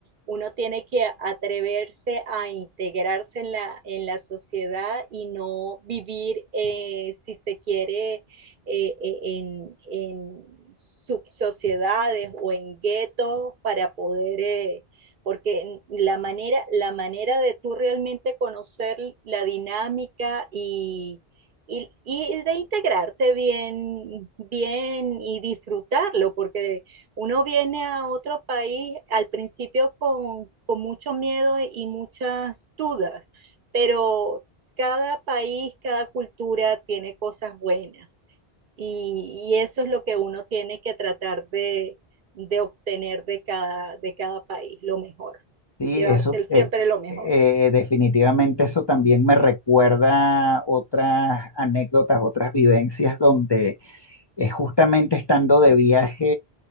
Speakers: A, on the right; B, on the left.
A: uno tiene que atreverse a integrarse en la, en la sociedad y no vivir, eh, si se quiere, eh, eh, en, en, subsociedades o en guetos para poder, eh, porque la manera, la manera de tú realmente conocer la dinámica y, y, y, de integrarte bien, bien y disfrutarlo, porque uno viene a otro país al principio con, con, mucho miedo y muchas dudas, pero cada país, cada cultura tiene cosas buenas. Y, y eso es lo que uno tiene que tratar de, de obtener de cada, de cada país, lo mejor,
B: Sí,
A: llevarse
B: eso,
A: siempre
B: eh,
A: lo mejor.
B: eh, eh, definitivamente eso también me recuerda otras anécdotas, otras vivencias donde eh, justamente estando de viaje,